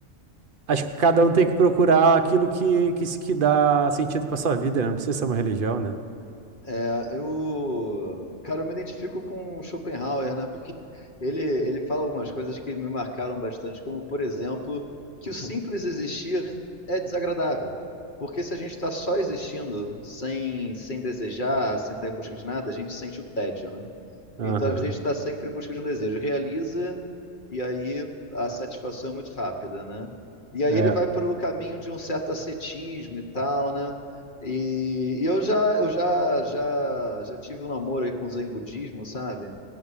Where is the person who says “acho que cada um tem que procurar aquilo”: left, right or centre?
Right